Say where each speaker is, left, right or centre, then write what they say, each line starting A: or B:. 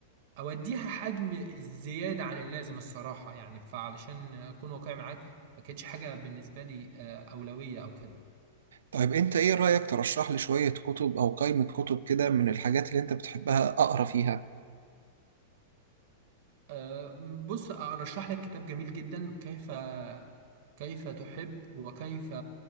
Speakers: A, on the right (about 55°); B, on the right (about 75°).
A: اوديها حجم زياده عن اللازم الصراحه يعني فعلشان اكون واقعي معاك ما كانتش حاجه بالنسبه لي آه، اولويه او كده
B: طيب أنت إيه رأيك ترشح لي شوية كتب أو قائمة كتب كده من الحاجات اللي أنت بتحبها أقرأ فيها؟
A: أه، بص أرشح لك كتاب جميل جدا كيف كيف تحب وكيف